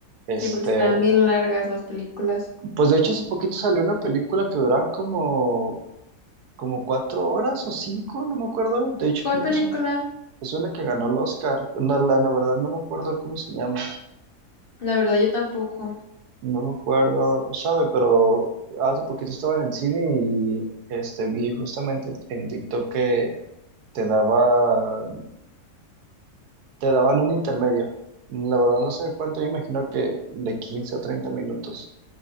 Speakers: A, on the right; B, on the left.
A: este,
B: sí, porque están bien largas las películas.
A: pues de hecho hace poquito salió una película que duraba como, como cuatro horas o cinco, no me acuerdo, de hecho
B: ¿Cuál
A: creo
B: película?
A: que es Es una que ganó el Oscar. No, la, la verdad no me acuerdo cómo se llama.
B: La verdad, yo tampoco.
A: No me acuerdo, sabe, pero hace poquito estaba en el cine y este vi justamente en TikTok que te daba, te daban un intermedio. La verdad no sé cuánto, yo imagino que de 15 a 30 minutos.